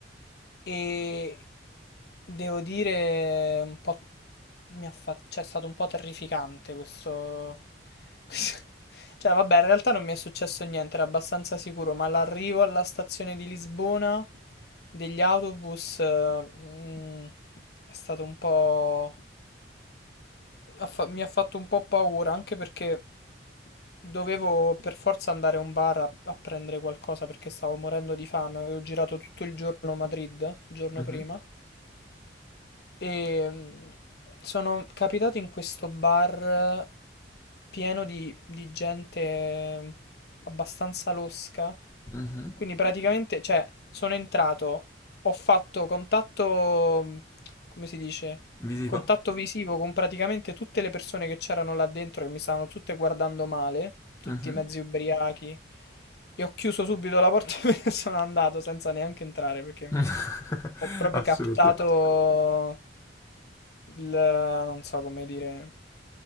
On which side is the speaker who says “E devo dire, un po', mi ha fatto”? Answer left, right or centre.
Left